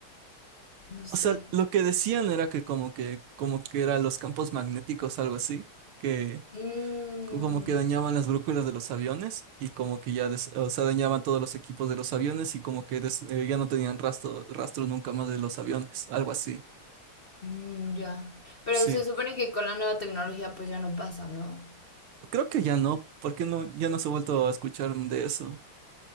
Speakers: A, on the left (about 45°); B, on the right (about 75°).
A: No
B: O
A: sé.
B: sea, lo que decían era que como que, como que eran los campos magnéticos, algo así, que
A: Mm.
B: como que dañaban las brújulas de los aviones y como que ya, des- o sea, dañaban todos los equipos de los aviones y como que des- eh, ya no tenían rastro, rastro nunca más de los aviones, algo así.
A: Mm, ya. Pero
B: Sí,
A: se supone que con la nueva tecnología pues ya no pasa, ¿no?
B: creo que ya no, porque no, ya no se ha vuelto a escuchar de eso.